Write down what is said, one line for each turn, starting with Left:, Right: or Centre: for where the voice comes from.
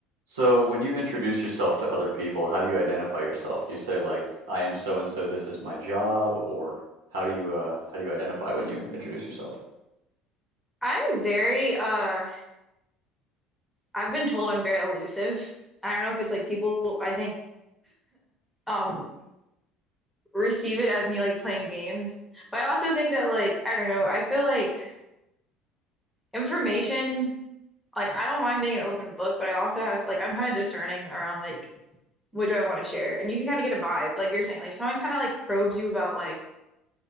Right: So, when you introduce yourself to other people, how do you identify yourself? Do you say like, "I am so and so. This is my job," or how do you uh, how do you identify when you introduce yourself?
Centre: I'm very uh I've been told I'm very elusive. I don't know if it's like people I think um receive it as me like playing games. But I also think that like I don't know, I feel like information like I don't mind being an open book, but I also have like I'm kind of discerning around like what do I want to share? And you can kind of get a vibe, like you're saying, like if someone kind of like probes you about like,